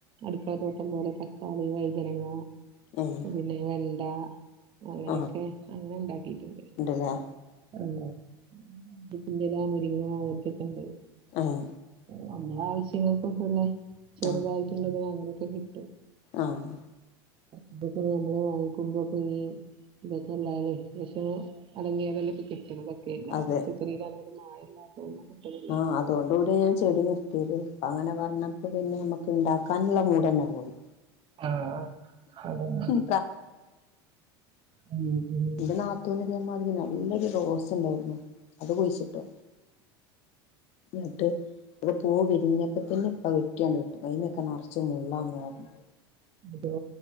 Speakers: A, on the right (about 40°); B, on the left (about 55°).
A: അടുക്കള തോട്ടം പോലെ തക്കാളി വൈതനങ്ങ
B: ഏഹ്
A: പിന്നെ വെണ്ട അങ്ങനെയൊക്കെ
B: ആഹ്
A: അങ്ങനെ ഇണ്ടാക്കിട്ടുണ്ട്
B: ഉണ്ടല്ലേ
A: ആഹ് <unintelligible> മുരിങ്ങ അങ്ങനത്തെക്കെ ഉണ്ട്
B: ആഹ്
A: നമ്മള ആവശ്യങ്ങൾക്ക്ല്ലെ ചെറുതായിട്ടുള്ളതിന
B: ആഹ്
A: അങ്ങനെയൊക്കെ കിട്ടും
B: ആഹ്
A: ഇപ്പൊക്കെ നമ്മള് വാങ്ങിക്കുമ്പോക്ക ഈ ഇതൊക്കെള്ള വിേഷ അടങ്ങിയതല്ല ഇപ്പ കിട്ടണം എല്ലാ
B: അതെ
A: പച്ചക്കറിലായാലും മായല്ലാന്നും <unintelligible>
B: ആഹ് അതുകൊണ്ട് കൂടി ഞാൻ ചെടി നിർത്തിയത് അങ്ങനെ പറഞ്ഞപ്പോ പിന്നെ നമ്മുക്ക് ഉണ്ടാക്കാനുള്ള മൂടനെ പോയി
A: ആഹ് അതന്നേ
B: ഉം
A: ഉം ഉം
B: ഇന്റെ നാത്തൂൻ ഇതേമാതിരി നല്ലൊരു റോസ് ഉണ്ടായിരുന്നു അത് കുഴിച്ചിട്ടു ന്നട്ട് അത് പൂവി വിരിഞ്ഞപ്പോ തന്നെ ഇപ്പ വെട്ടിയണ്ട് കട്ടു അയ്മ്മേക്കെ നിറച്ച് മുള്ളങ്ങ പറഞ്ഞണ്ട്
A: അതോ